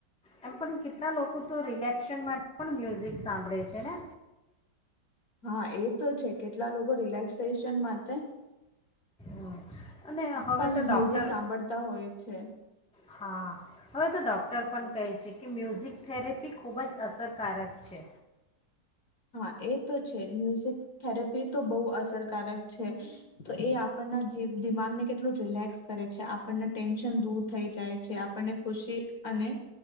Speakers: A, in the centre; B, on the left.
A: એમ પણ કેટલા લોકો તો રિલેક્શન માટે પણ મ્યુઝિક સાંભળે છે ને.
B: હા એ તો છે કેટલા લોકો રિલેક્સેશન માટે
A: હમ. અને હવે
B: પણ
A: તો ડૉક્ટર
B: મ્યુઝિક સાંભળતા હોય છે.
A: હા હવે તો ડૉક્ટર પણ કહે છે કે મ્યુઝિક થેરેપી ખૂબ જ અસરકારક છે.
B: હા એ તો છે જ મ્યુઝિક થેરેપી તો બહુ અસરકારક છે તો એ આપણના જે દિમાગને કેટલું રિલેક્સ કરે છે આપણના ટેન્શન દૂર થઈ જાય છે આપણને ખુશી અને